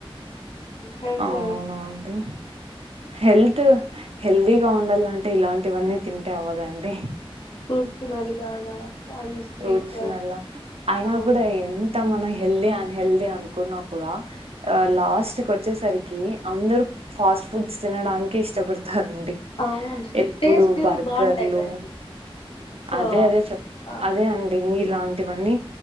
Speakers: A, on the left (about 65°); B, on the right (about 80°).
A: హెల్త్
B: ఆ అవునా అండి హెల్త్ హెల్దీగా ఉండాలంటే ఇలాంటివన్నీ తింటే అవ్వదండి
A: ఫ్రూట్స్ తినాలి బాగా అండ్ స్వీట్
B: ఫ్రూట్స్ నల అయినా
A: ఆ
B: కూడా ఎంత మన హెల్దీ ఆన్ హెల్దీ అనుకున్నా కూడా లాస్ట్ వచ్చేసరికి అందరు ఫాస్ట్ ఫాస్ట్ ఫుడ్స్ తినడానికి ఇష్టపడతారండి
A: అవును
B: ఎప్పుడు
A: టేస్ట్
B: బర్గర్లు
A: బాగుంటాయి కదండి సో
B: అదే అదే చెప్
A: ఆ,
B: అదే అండి ఇలాంటివన్నీ